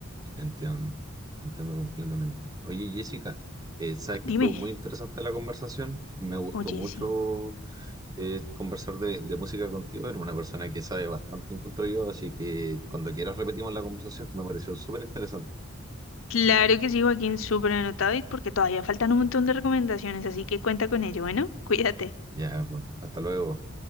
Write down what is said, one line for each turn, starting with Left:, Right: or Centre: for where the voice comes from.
Right: Entiendo, entiendo completamente. Oye, Jessica, eh, sabes que
Left: Dime.
Right: estuvo muy interesante la conversación. Me gustó
Left: Oye,
Right: mucho
Left: sí.
Right: eh, conversar de, de música contigo. Eres una persona que sabe bastante, encuentro yo, así que cuando quieras repetimos la conversación. Me pareció súper interesante.
Left: Claro que sí, Joaquín, súper anotado y porque todavía faltan un montón de recomendaciones, así que cuenta con ello. Bueno, <laughs> cuídate.
Right: Ya, pues, hasta luego.